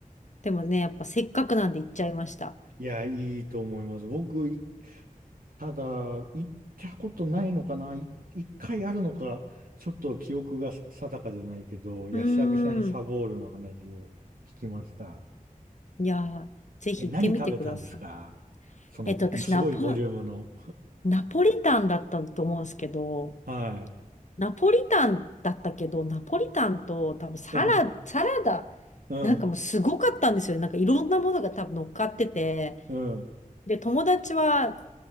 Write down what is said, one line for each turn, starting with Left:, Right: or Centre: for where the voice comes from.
Left: でもね、やっぱせっかくなんで行っちゃいました。
Right: いや、いいと思います。僕、いただ、行ったことないのかな、い一回あるのか、ちょっと記憶が定かじゃないけど、いや、
Left: うーん、
Right: 久々にサボールの話を聞きました。
Left: いやー、ぜひ行ってみてください。
Right: え、何食べたんですかその、
Left: えっと、私、
Right: すごいボリュームの。
Left: ナポ、ナポリタンだったと思うんですけど、
Right: はい。
Left: ナポリタンだったけど、ナポリタンと多分サラ、
Right: うん。
Left: サラダ、
Right: うん。
Left: なんかもうすごかったんですよね。なんかいろんなものが多分乗っかってて、
Right: うん、
Left: で、友達は